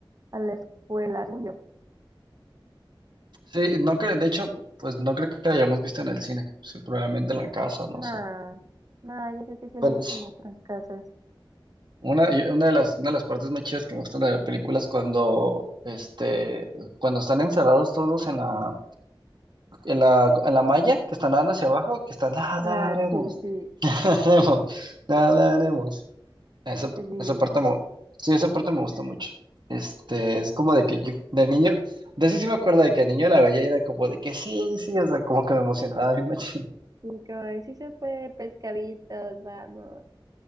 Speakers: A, on the right (about 45°); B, on the right (about 60°).
A: a la escuela, según yo.
B: sí, no creo, de hecho, pues no creo que la hayamos visto en el cine, sí, probablemente en la casa,
A: No,
B: no sé.
A: no, yo creo que sí la
B: Pero
A: vimos
B: es
A: en nuestras casas.
B: una, y- una de las, una de las partes más chidas que me gustan de la película es cuando, este, cuando están encerrados todos en la, en la, en la malla, que están nadando hacia abajo, que están, nada
A: Ah,
B: haremos,
A: sí, sí,
B: <laughs> nadaremos, nadaremos". Esa,
A: sí,
B: esa parte me, sí, esa parte me gusta mucho. Este,
A: sí,
B: es como de que
A: también.
B: yo, de niño, de eso sí me acuerdo de que el niño la veía y era como de que sí, sí, o sea, como que me emocionaba bien machín.
A: Sí, como de, sí se puede, pescaditos, vamos.